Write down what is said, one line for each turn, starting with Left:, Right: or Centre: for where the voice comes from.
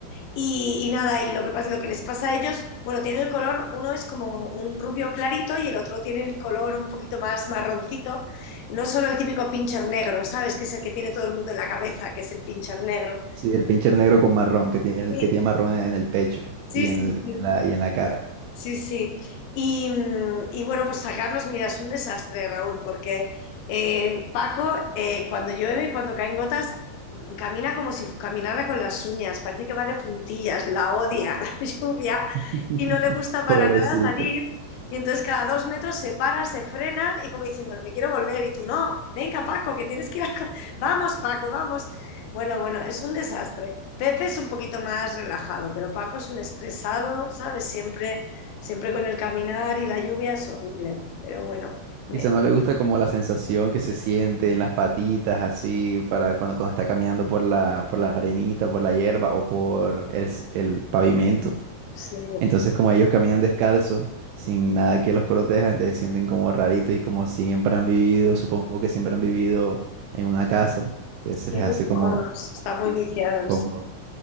Left: Y, y nada, y lo que pasa, lo que les pasa a ellos, bueno, tiene el color, uno es como un rubio clarito y el otro tiene el color un poquito más marroncito. No solo el típico pincher negro, ¿sabes? Que es el que tiene todo el mundo en la cabeza, que es el pincher negro.
Right: Sí, el pincher negro con marrón, que tiene,
Left: Sí,
Right: que tiene marrón en el pecho
Left: sí,
Right: y en,
Left: sí.
Right: el-
Left: sí.
Right: y en la, y en la cara.
Left: Sí, sí. Y, mm, y bueno, pues sacarlos, mira, es un desastre, Raúl, porque eh, Paco, eh, cuando llueve, cuando caen gotas, mm, camina como si caminara con las uñas, parece que va de puntillas, la odia <laughs> la lluvia
Right: <laughs>
Left: y no le gusta para
Right: Pobrecito.
Left: nada salir. Y entonces cada dos metros se para, se frena y como diciendo, me quiero volver y tú no, venga Paco, que tienes que ir a... co- <laughs> Vamos, Paco, vamos. Bueno, bueno, es un desastre. Pepe es un poquito más relajado, pero Paco es un estresado, ¿sabes? Siempre Siempre con el caminar y la lluvia es horrible, pero bueno, me-
Right: Quizá no le gusta como la sensación que se siente en las patitas, así, para cuando, cuando está caminando por la, por la arenita, por la hierba o por el, s- el pavimento.
Left: sí,
Right: Entonces, como ellos caminan descalzos, sin nada que los proteja, entonces se sienten como raritos y como siempre han vivido, supongo que siempre han vivido en una casa, entonces
Left: sí,
Right: se les
Left: muy
Right: hace
Left: cómodos,
Right: como
Left: están muy
Right: difícil.
Left: viciados.
Right: Como,